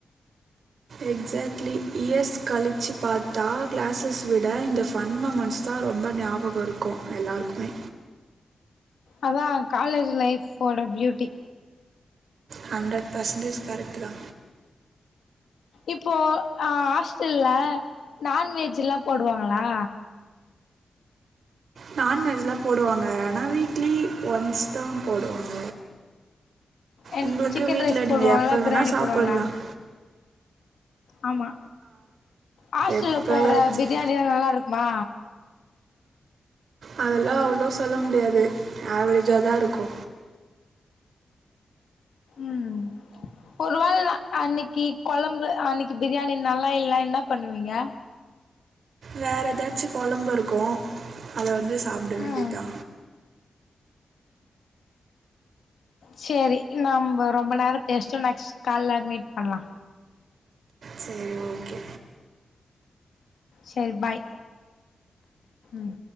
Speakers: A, on the right (about 75°); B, on the left (about 75°).
A: எக்ஸாக்ட்லி இயஸ் கழிச்சு பாத்தா கிளாஸஸ் விட இந்த ஃபன் மொமெண்ட்ஸ் தான் ரொம்ப ஞாபகம் இருக்கு எல்லாருக்குமே
B: அதா காலேஜ் லைப் ஓட பியூட்டி
A: ஹண்ட்ரேட் பர்சன்டேஜ் கரெக்ட்டு தா
B: இப்போ ஹாஸ்டல்ல நான்வெஜ் எல்லா போடுவாங்களா
A: நான்வெஜ்லா போடுவாங்க ஆனா வீக்லி ஒன்ஸ் தா போடுவாங்க
B: என்
A: உங்களுக்கு
B: சிக்கன்
A: வீட்டில்
B: ரைஸ் போடுவாங்களா
A: நீங்கள் எப்போ வேணால்
B: பிரியாணி
A: சாப்பிடலாம்
B: போடுவாங்களா ஆமா ஹாஸ்டல்ல
A: எப்போயாச்சும்
B: போடுற பிரியாணிலா நல்லா இருக்குமா
A: அதெல்லா அவ்ளோ சொல்ல முடியாது ஆவரேஜா தா இருக்கு
B: ம் ஒருவேள அன்னைக்கு குழம்பு அன்னைக்கு பிரியாணி நல்லா இல்லைனா என்ன பண்ணுவீங்க
A: வேற எதாச்சு குழம்பு இருக்கு கு அத வந்து சாப்பிட வேண்டியதா
B: ம் சேரி நாம்ம ரொம்ப நேரோ பேசிட்டோ நெக்ஸ்ட் கால்ல மீட் பண்ணலா
A: சரி ஓகே
B: சரி பாய் ம்